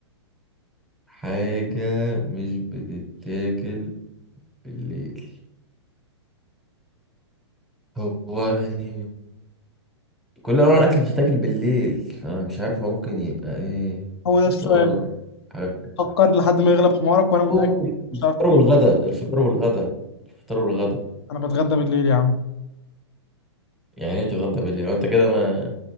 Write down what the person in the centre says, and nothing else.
<laughs> حاجة مش بتتاكل بالليل هو يعني كل انواع الاكل بتتاكل بالليل انا مش عارف هو ممكن يبقى ايه
فطار
حاجة بتتعب
أوه،
الفطار
والغدا الفطار والغدا الفطار والغدا
يعني ايه تتغدى بالليل وانت كده ما